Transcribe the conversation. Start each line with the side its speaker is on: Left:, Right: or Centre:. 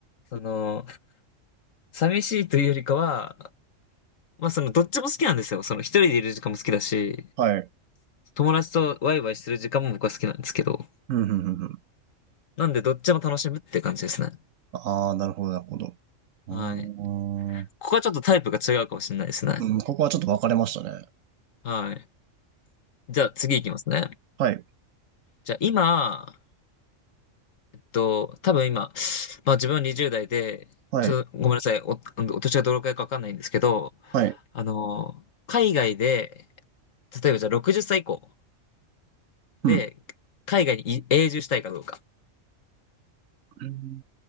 Left: その、寂しいというよりかは、まあそのどっちも好きなんですよ。その一人でいる時間も好きだし、
Right: はい。
Left: 友達とワイワイする時間も僕は好きなんですけど、
Right: うん、うん、うんうん。
Left: なんでどっちも楽しむって感じですね。
Right: ああ、なるほど、なるほど。うー
Left: はい。
Right: ん、う
Left: ここはちょっとタイプが違うかもしれないですね。
Right: ん、ここはちょっと分かれましたね。
Left: はい。じゃあ次行きますね。
Right: はい、
Left: じゃあ今、えっと、多分今、まあ自分20代で、
Right: はい、
Left: ちょっとごめんなさい、お、お年がどのくらいかわかんないんですけど、
Right: はい。
Left: あの、海外で、例えばじゃあ60歳以降
Right: うん。
Left: で、海外にい永住したいかどうか。
Right: うん